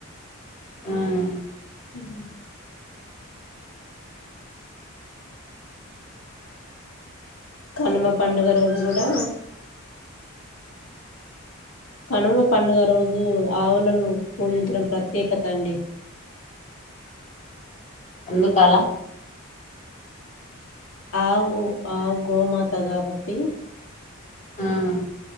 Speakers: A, on the left; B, on the left.
A: ఉమ్
B: ఉ కనుమ పండగ రోజు కూడా కనుమ పండగ రోజు ఆవులను పూజించడం ప్రత్యేకత అండి
A: ఎందుకల
B: ఆవు ఆవు గోమాత కాబట్టి
A: ఉమ్